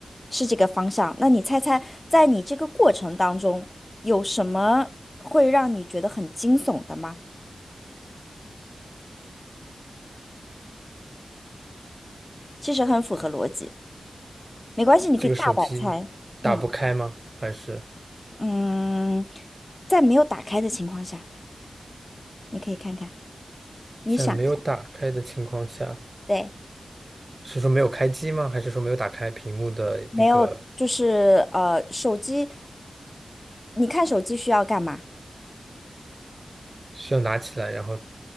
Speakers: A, on the left; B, on the right.
A: 是这个方向。那你猜猜，在你这个过程当中，有什么会让你觉得很惊悚的吗？其实很符合逻辑，没关系，你可以大胆猜。
B: 这个手机打不开吗？
A: 嗯
B: 还是
A: 嗯，在没有打开的情况下，你可以看看，你想一下，
B: 在没有打开的情况下？
A: 对。
B: 是说没有开机吗？还是说没有打开屏幕的那个
A: 没有，就是呃，手机，你看手机需要干嘛？
B: 需要拿起来然后